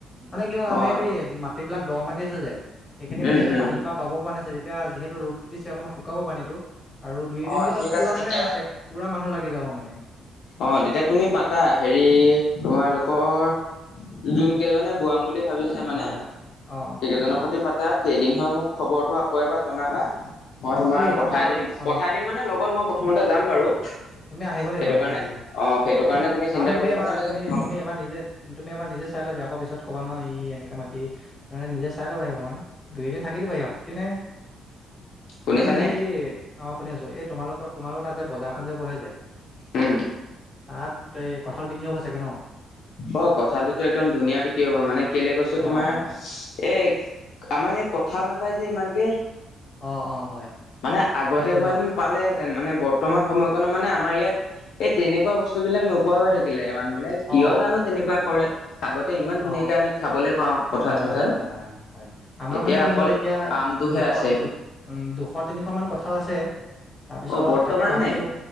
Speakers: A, on the left; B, on the left.
A: মানে কি হল আম
B: অ
A: ইয়াত এই মাটি বিলাক দ' মাটি আছে যে, সেইখিনি মানে
B: উম
A: এতিয়া
B: হম
A: পানী বা বা'ব পৰা নাছিলো এতিয়া যিহেতু ৰ'দতো দিছে অকমান শুকাব পানীটো, আৰু দুই-এদিন
B: অ
A: পিছত
B: ঠিক
A: পুৰা
B: আছে তেতিয়া
A: মানে পুৰা মানুহ লাগি যাব মানে
B: অ তেতিয়া তুমি পাতা হেৰি তোমালোকৰ যোন কেইজনে বোৱাম বুলি ভাবিছ মানে
A: হয় হয় অ
B: সেইকেইজনৰ সৈতে পাতা কেইদিন হৈ মোক খবৰটো আকৌ এবাৰ জনাবা মই
A: অ অ
B: তোমাৰ
A: এই তাৰপা
B: পঠাই
A: আৰু
B: দিম
A: অ
B: পঠাই দিম মানে লগত মই প্ৰথমতে যাম বাৰু
A: তুমি আহিব লাগিব
B: সেইটো
A: আহিব
B: কাৰণে
A: লাগিব
B: অ সেইটো কাৰণে
A: কাৰণ
B: চিন্তা
A: তুমি
B: কৰিব
A: এবাৰ
B: নালাগে
A: তুমি
B: প্ৰথমে
A: তুমি এবাৰ নিজে তুমি এবাৰ নিজে চাই লবি আকৌ পিছত ক'বা নহয় ই এনেকে মাতি মানে নিজে চাই ল'বাহি অকণমান দুই দিন থাকি দিবাহি আপত্তি নাই
B: শুনিছানে
A: আৰু সেই অ শুনি আছোঁ এই তোমালোকৰ তোমালোকৰ তাত যে বজাৰ বহে যে
B: উম
A: তাত এই কঠাল বিক্ৰী হ'ব চাগে ন
B: অ কঠালতো একদম ধুনীয়া বিক্ৰী হব মানে কেলে কৈছোঁ
A: অ
B: তোমাৰ
A: অ
B: এ আমাৰ ইয়াত কঁঠাল নাপায় যে ইমানকে
A: অ অ হয়
B: মানে আগতে
A: সেইটোতো
B: হোৱা হেতিন পালেহেতেন মানে বৰ্তমান সময়কণত মানে আমাৰ ইয়াত এই তেনেকুৱা বস্তু বিলাক নোপ নোপোৱা হৈ থাকিলে মানুহ বিলাক কিয়
A: অ অ
B: জানোঁ তেনেকুৱা কৰে আগতে ইমান
A: অ
B: ধুনীয়াকে
A: অ
B: আমি খাবলৈ পাওঁ কঁঠাল
A: হয়
B: চঠাল
A: হয় হয় হয় হয় হয় আমাৰ
B: এতিয়া
A: মানে কি
B: অকল
A: হ'ল এতিয়া
B: আমটোহে
A: দুশ
B: আছে
A: দু উম দুশ তিনিশ মান কঁঠাল আছে তাৰ পিছত
B: অ বৰ্তমান
A: তাকে ভাবিছোঁ
B: নে